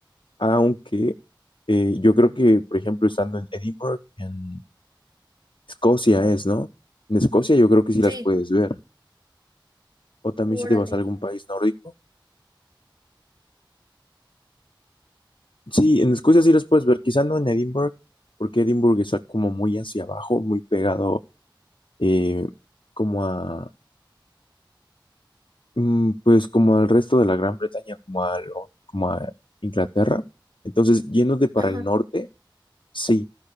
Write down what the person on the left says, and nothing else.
aunque eh, yo creo que, por ejemplo, estando en Edinburgh, en Escocia es, ¿no? En Escocia yo creo que sí
las puedes ver. O también si
te vas a algún país nórdico. Sí, en Escocia sí las puedes ver, quizá no en Edinburgh, porque Edinburgh está como muy hacia abajo, muy pegado eh, como a Mm, Pues como al resto de la Gran Bretaña, como a, lo- como a Inglaterra. Entonces, yéndote para
el norte, sí,